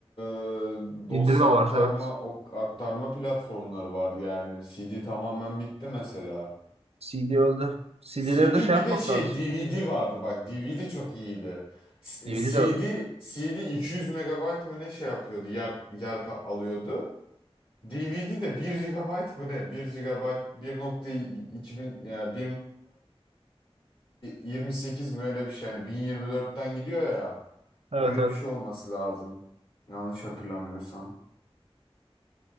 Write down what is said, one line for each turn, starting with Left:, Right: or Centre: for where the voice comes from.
Left: e, dosya
Right: İndirme
Left: aktarma
Right: var evet.
Left: ok- aktarma platformları var yani. CD tamamen bitti mesela.
Right: CD öldü. CD'leri
Left: CD
Right: de şey
Left: bir
Right: yapmak
Left: de şey
Right: lazım.
Left: DVD vardı bak DVD çok iyiydi. S-
Right: DVD
Left: CD
Right: de öldü.
Left: CD 200 megabayt mı ne şey yapıyordu yer yer ka- alıyordu. DVD de bir GB mı ne? 1 GB 1.2000 ya 28 mi öyle bir şey yani bin yirmi dörtten gidiyor ya.
Right: Evet
Left: Öyle
Right: evet.
Left: bir şey olması lazım. Yanlış hatırlamıyorsam.